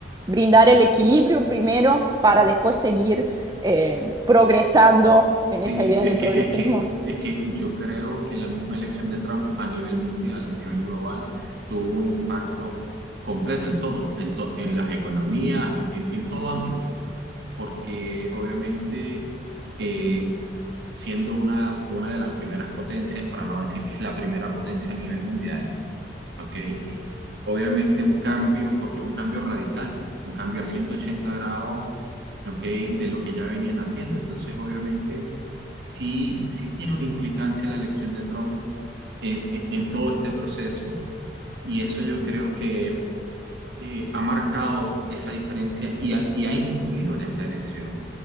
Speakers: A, on the right; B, on the right.
A: brindar el equilibrio primero para después seguir eh, progresando en
B: Sí,
A: esa idea
B: es
A: del
B: que,
A: progresismo.
B: es que, es que yo creo que la misma elección de Trump a nivel mundial, a nivel global, tuvo un impacto completo en todo, en, to- en las economías, en, en- en todo ámbito, porque obviamente eh, siendo una, una de las primeras potencias, para no decir que es la primera potencia a nivel mundial, ¿ok? Obviamente un cambio, porque es un cambio radical, un cambio a ciento ochenta grados ¿ok? De lo que ya venían haciendo. Entonces, obviamente, sí, sí tiene una implicancia la elección de Trump en, en- en todo este proceso y eso yo creo que eh, ha marcado esa diferencia y ha, y ha influido en esta elección,